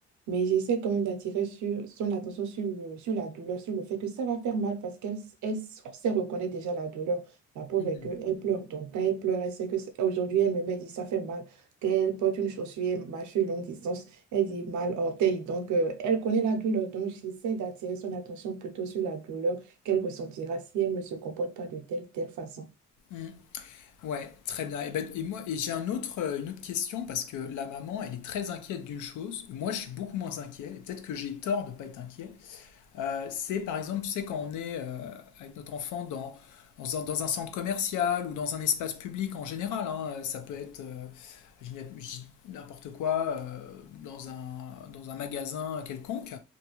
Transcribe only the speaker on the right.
Mais j'essaie quand même d'attirer sur, son attention sur, le, sur la douleur, sur le fait que ça va faire mal parce qu'elle s- elle s- sait reconnaître déjà la douleur. La preuve
est qu'elle pleure. Donc, quand elle pleure, elle sait que c- aujourd'hui, elle me met, elle dit ça fait mal. Quand elle porte une chaussure, elle marche sur longue distance, elle dit mal orteil. Donc, euh, elle connaît la douleur. Donc, j'essaie d'attirer son attention plutôt sur la douleur qu'elle ressentira si elle ne se comporte pas de telle, telle façon.